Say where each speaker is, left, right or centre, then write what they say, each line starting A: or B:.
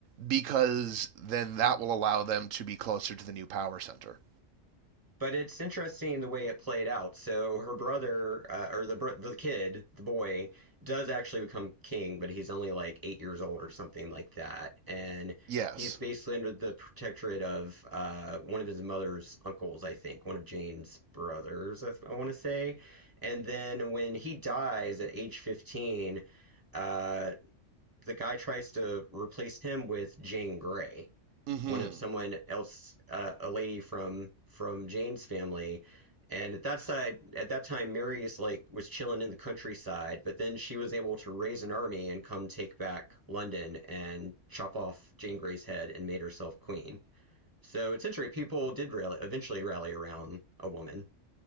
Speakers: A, on the right; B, on the right.
A: because then that will allow them to be closer to the new power center.
B: But it's interesting the way it played out. So her brother, uh, or the the kid, the boy, does actually become king, but he's only like eight years old or something like that, and
A: Yes.
B: he's basically under the protectorate of uh, one of his mother's uncles, I think, one of Jane's brothers, I, I want to say. And then when he dies at age fifteen, uh, the guy tries to replace him with Jane Grey
A: Mm hmm.
B: one of someone else, uh, a lady from from Jane's family. And at that side, at that time, Mary is like was chilling in the countryside, but then she was able to raise an army and come take back London and chop off Jane Grey's head and made herself queen. So it's interesting. People did rally, eventually rally around a woman